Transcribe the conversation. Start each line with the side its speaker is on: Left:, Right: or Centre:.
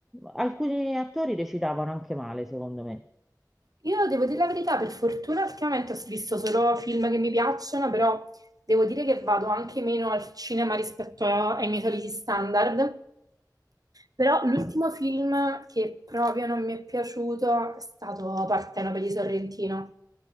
Centre: Alcuni attori recitavano anche male, secondo me.
Right: Io devo dire la verità, per fortuna ultimamente ho visto solo film che mi piacciono, però devo dire che vado anche meno al cinema rispetto a- ai miei soliti standard. Però l'ultimo film che proprio non mi è piaciuto è stato Partenope di Sorrentino.